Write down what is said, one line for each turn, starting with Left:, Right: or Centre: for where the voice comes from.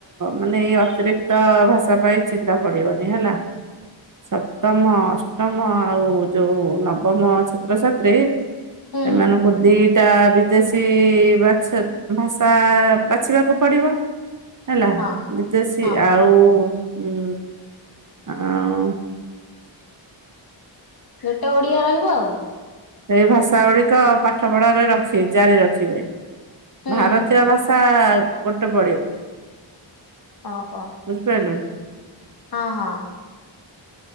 Right: ମାନେ ଏଇ ଅତିରିକ୍ତ ଭାଷା ପାଇଁ ଚିନ୍ତା ପଡିବନି ହେଲା। ସପ୍ତମ ଅଷ୍ଟମ ଆଉ ଯୋଉ ନବମ ଛାତ୍ରଛାତ୍ରୀ
Left: ହୁଁ
Right: ସେମାନଙ୍କୁ
Left: ହୁଁ
Right: ଦି ଟା ବିଦେଶୀ ବାଛ ଭାଷା ବାଛିବାକୁ ପଡିବ। ହେଲା
Left: ହଁ
Right: ବିଦେଶୀ
Left: ହଁ
Right: ଆଉ ଉ ଆଉ
Left: ଗୋଟେ ଓଡିଆ ରହିବ ଆଉ।
Right: ଏଇ ଭାଷା ଗୁଡିକ ପାଠ ପଢାରେ ରଖି ଜାରି ରଖିବେ।
Left: ହୁଁ
Right: ଭାରତୀୟ
Left: ହୁଁ
Right: ଭାଷା ଗୋଟେ ପଡିିବ।
Left: ଓହୋ
Right: ବୁଝିପାଇଲୁ।
Left: ହଁ ହଁ।